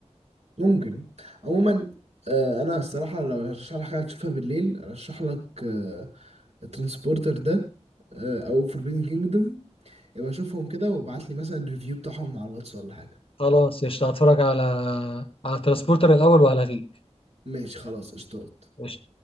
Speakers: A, on the right; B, on the left.
A: ممكن عموما آه انا الصراحه لو هرشح لك حاجه تشوفها بالليل ارشح لك آه الترانسبورتر ده آه او فوربيدن كينجدوم يبقى شوفهم كده وابعت لي مثلا ريفيو بتاعهم على الواتس ولا حاجه
B: خلاص قشطة هتفرج على على ترانسبورتر الأول وهلغيك
A: ماشي خلاص قشطات
B: قشطة